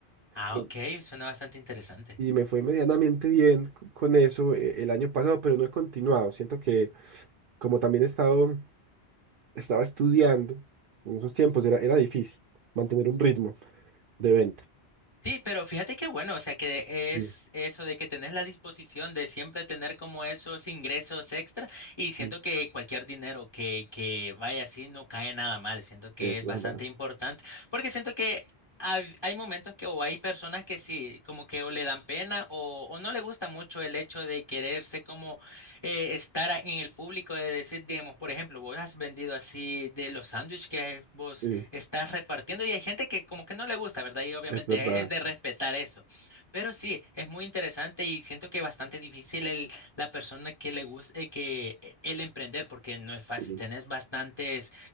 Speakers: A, on the left; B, on the right.
A: Ah,
B: eh,
A: ok, suena bastante interesante.
B: Y me fue medianamente bien c- con eso eh, el año pasado, pero no he continuado. Siento que como también he estado, estaba estudiando en esos tiempos, era, era difícil mantener un ritmo de venta.
A: Sí, pero fíjate qué bueno, o sea que
B: Sí,
A: es eso de que tenés la disposición de siempre tener como esos ingresos extra y
B: sí,
A: siento que cualquier dinero que, que vaya así no cae nada mal, siento que
B: es
A: es
B: verdad.
A: bastante importante porque siento que hab- hay, momentos que o hay personas que sí, como que o le dan pena o, o no le gusta mucho el hecho de quererse como eh, estar a- en el público, de decir, digamos, por ejemplo, vos has vendido así de los sándwiches que vos
B: Sí,
A: estás repartiendo y hay gente que como que no le gusta, ¿verdad? Y obviamente
B: es verdad.
A: es de respetar eso. Pero sí, es muy interesante y siento que es bastante difícil el, la persona que le guste, que eh, el emprender, porque no es fácil.
B: Sí,
A: Tenés bastantes